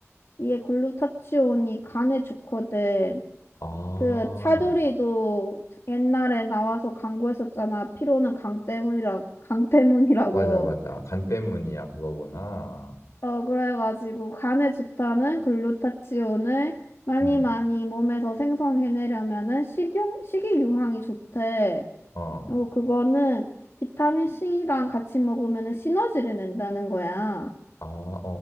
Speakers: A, on the left (about 60°); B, on the left (about 80°).
A: 이게 글루타치온이 간에 좋거든.
B: 아,
A: 그 차두리도 옛날에 나와서 광고했었잖아. 피로는 강 때문이라, 강 때문이라고.
B: 맞아, 맞아. 간 때문이야, 그거구나.
A: 어, 그래가지고 간에 좋다는 글루타치온을 많이
B: 음,
A: 많이 몸에서 생성해내려면은 식용, 식이유황이 좋대.
B: 어.
A: 그리고 그거는 비타민 C랑 같이 먹으면은 시너지를 낸다는 거야.
B: 아, 어,